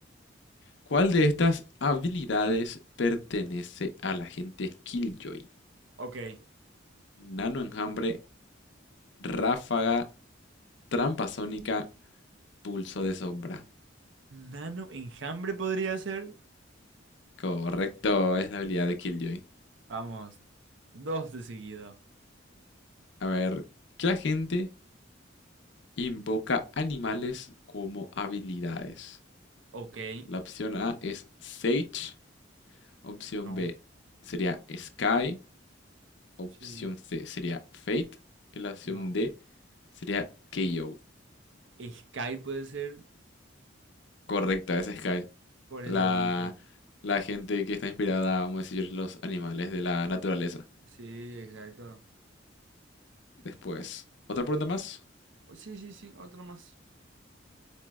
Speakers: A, on the left; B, on the right.
A: ¿Cuál de estas habilidades pertenece al agente Killjoy?
B: Ok.
A: Nano enjambre, ráfaga, trampa sónica, pulso de sombra.
B: Nano enjambre podría ser.
A: Correcto, es la habilidad de Killjoy.
B: Vamos. Dos de seguido.
A: A ver, ¿qué agente invoca animales como habilidades?
B: Ok.
A: La opción A es Sage, opción
B: No.
A: B sería Sky, opción
B: Sí,
A: C sería Fate y la opción
B: no.
A: D sería KO.
B: Sky puede ser
A: Correcto, es Sky.
B: por
A: La,
B: el lobito.
A: la gente que está inspirada, vamos a decir, los animales de la naturaleza.
B: Sí, exacto.
A: Después, otra pregunta más.
B: Oh, sí, sí, sí, otro más.